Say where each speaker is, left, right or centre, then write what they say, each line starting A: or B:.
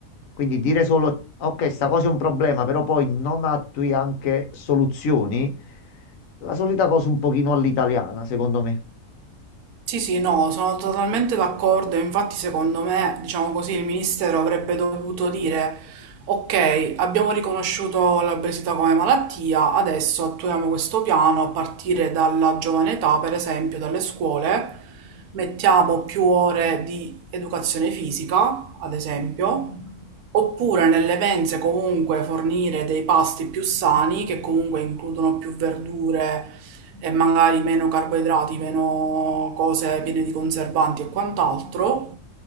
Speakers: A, on the left (about 65°); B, on the right (about 85°).
A: Quindi dire solo, ok, sta cosa è un problema, però poi non attui anche soluzioni, la solita cosa un pochino all'italiana, secondo me.
B: Sì, sì, no, sono totalmente d'accordo. Infatti, secondo me, diciamo così, il ministero avrebbe dovuto dire: Ok, abbiamo riconosciuto l'obesità come malattia, adesso attuiamo questo piano a partire dalla giovane età, per esempio, dalle scuole. Mettiamo più ore di educazione fisica, ad esempio, oppure nelle mense comunque fornire dei pasti più sani che comunque includono più verdure e magari meno carboidrati, meno cose piene di conservanti e quant'altro.